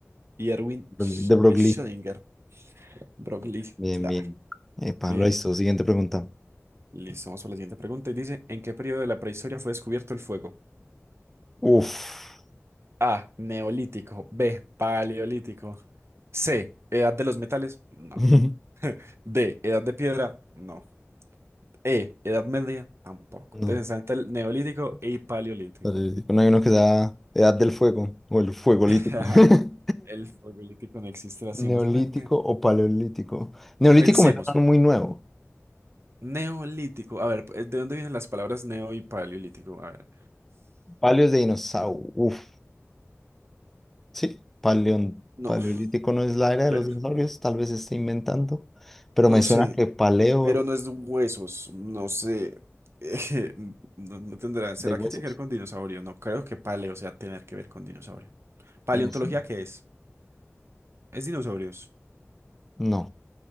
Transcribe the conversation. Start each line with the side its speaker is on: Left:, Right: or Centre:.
Right: y Erwin
Centre: Bro-
Right: Sch-
Centre: de Broglie.
Right: Schrödinger. Broglie,
Centre: Bien,
Right: claro.
Centre: bien. Epa,
Right: Bien,
Centre: lo hizo, Siguiente pregunta.
Right: listo. Vamos a la siguiente pregunta. Y dice, ¿en qué periodo de la prehistoria fue descubierto el fuego?
Centre: Uf.
Right: A, neolítico. B, paleolítico. C, edad de los metales. No.
Centre: <laughs>
Right: D, edad de piedra. No. E, edad media. Tampoco.
Centre: No.
Right: Entonces está entre el neolítico y paleolítico.
Centre: Paleolítico. No hay uno que sea Edad del Fuego o el Fuegolítico.
Right: <laughs>
Centre: <laughs>
Right: El fuegolítico no existe lastimosamente.
Centre: Neolítico o paleolítico. Neolítico
Right: Pensemos.
Centre: me suena muy nuevo.
Right: Neolítico. A ver, ¿de dónde vienen las palabras neo y paleolítico? A ver.
Centre: Paleos de dinosaurio. Uf. Sí, paleon-
Right: No,
Centre: paleolítico no es la era de
Right: pero,
Centre: los dinosaurios. Tal vez se esté inventando. Pero
Right: no
Centre: me
Right: sé,
Centre: suena que paleo
Right: pero no es de huesos, no sé. <laughs> eh, no, no tendrá. ¿Será
Centre: de huesos.
Right: que tiene que ver con dinosaurio? No creo que paleo sea tener que ver con dinosaurio. ¿Paleontología
Centre: No sé.
Right: qué es? ¿Es dinosaurios?
Centre: No,